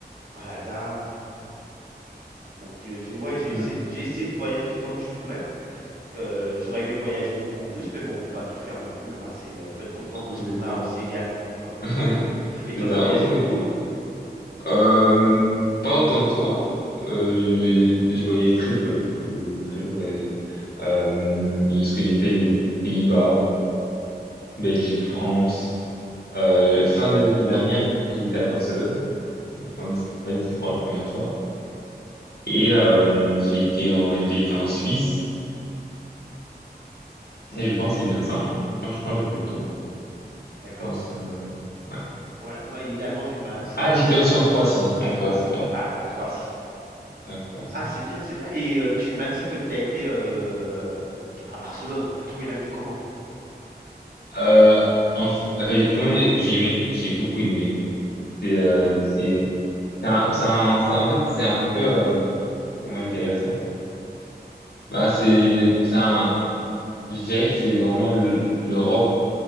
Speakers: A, on the right; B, on the left.
A: Malaga. Donc, euh, j'ai ouais, j'ai
B: Oui,
A: essayé, j'ai essayé de voyager comme je pouvais. Euh, j'aurais aimé voyager beaucoup plus, mais bon, on peut pas tout faire non plus, hein. C'est euh, faut être content de ce
B: exactement.
A: qu'on a aussi également, quoi.
B: <laughs> Oui,
A: Et toi,
B: c'est ça.
A: t'as voyagé
B: Ok.
A: beaucoup?
B: Euh, pas autant que toi. Euh, j'ai j'ai- j'ai voyagé très peu. J'ai très peu voyagé. Euh, j'ai- ce que j'ai fait, les Pays-Bas,
A: Mhm,
B: Belgique, France. Euh, fin d'année dernière, j'ai été à Barcelone. Une fois en Espagne, c'était pour la première fois. Et euh, j'ai été en, j'ai été en Suisse. Et
A: mhm.
B: je pense que c'est bien ça. hein. Enfin, je pense que j'ai fait le tour.
A: D'accord.
B: Je pense, euh, ouais.
A: Ouais, moi également, j'ai pas. c'est-
B: Ah, j'étais aussi en Croatie. En Croatie, pardon.
A: Ah, la Croatie.
B: La Croatie.
A: Ah, c'est bien, c'est bien. Et euh, tu m'as dit que t'as été euh, à Barcelone. T'as trouvé la ville comment?
B: Euh, en f- euh, comment j'ai j'ai aimé, j'ai beaucoup aimé. C'est euh, c'est c'est un, c'est un- c'est- en fait c'est un peu euh, comment je dirais ça? Bah c'est c'est un je dirais que c'est vraiment l- l'Europe